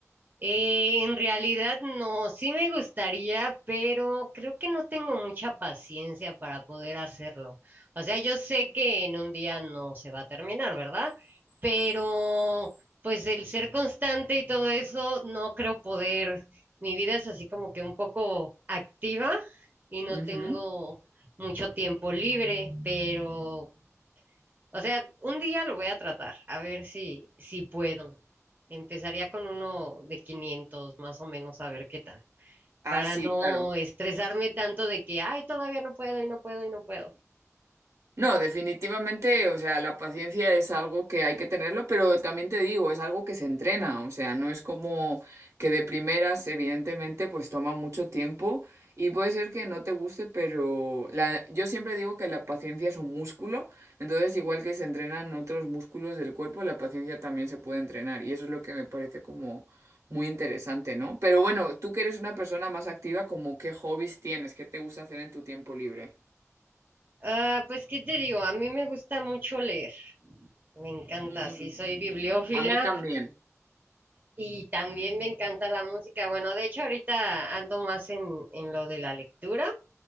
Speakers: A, on the right (about 35°); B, on the right (about 65°).
A: Eh, en realidad no, sí me gustaría, pero creo que no tengo mucha paciencia para poder hacerlo. O sea, yo sé que en un día no se va a terminar, ¿verdad? Pero pues el ser constante y todo eso, no creo poder. Mi vida es así como que un poco activa y no
B: Ujú,
A: tengo
B: ujú.
A: mucho tiempo libre, pero o sea, un día lo voy a tratar, a ver si, si puedo. Empezaría con uno de 500 más o menos, a ver qué tal,
B: Ah,
A: para
B: sí,
A: no
B: claro.
A: estresarme tanto de que, ay, todavía no puedo y no puedo y no puedo.
B: No, definitivamente, o sea, la paciencia es algo que hay que tenerlo, pero también te digo, es algo que se entrena, o sea, no es como que de primeras, evidentemente, pues toma mucho tiempo y puede ser que no te guste, pero la, yo siempre digo que la paciencia es un músculo, entonces igual que se entrenan otros músculos del cuerpo, la paciencia también se puede entrenar y eso es lo que me parece como muy interesante, ¿no? Pero bueno, tú que eres una persona más activa, como qué hobbies tienes, qué te gusta hacer en tu tiempo libre?
A: Ah, pues, ¿qué te digo? A mí me gusta mucho leer, me encanta,
B: Mm,
A: sí, soy bibliófila
B: a mí también.
A: y también me encanta la música. Bueno, de hecho, ahorita ando más en, en lo de la lectura.